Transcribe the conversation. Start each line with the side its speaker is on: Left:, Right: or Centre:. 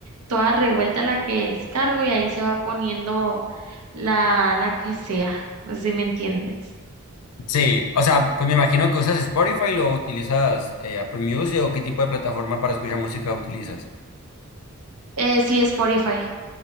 Right: toda revuelta la que descargo y ahí se va poniendo la, la que sea. No sé si me entiendes.
Left: Sí, o sea, pues me imagino que usas Spotify lo utilizas eh, Apple Music o qué tipo de plataforma para escuchar música utilizas.
Right: Eh, sí, Spotify.